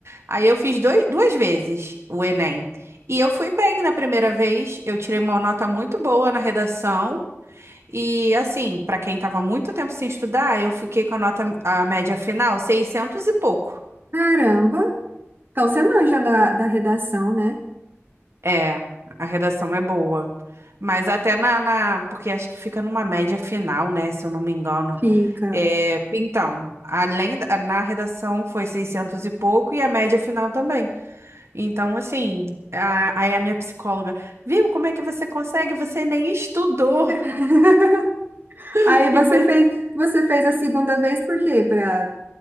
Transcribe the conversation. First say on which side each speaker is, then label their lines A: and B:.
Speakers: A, on the right; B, on the right.
A: Aí eu fiz dois, duas vezes o Enem. E eu fui bem na primeira vez, eu tirei uma nota muito boa na redação. E assim, pra quem tava muito tempo sem estudar, eu fiquei com a nota, a média final, 600 e pouco.
B: Caramba. Então você manja da, da redação, né?
A: É, a redação é boa. Mas até na, na- Porque acho que fica numa média final, né? Se eu não me engano.
B: Fica.
A: É, então, além da, na redação foi 600 e pouco e a média final também. Então, assim, a- aí a minha psicóloga, viu como é que você consegue? Você nem estudou.
B: <laughs>
A: <laughs>
B: Aí
A: E
B: você
A: você...
B: fez, você fez a segunda vez por quê? Pra,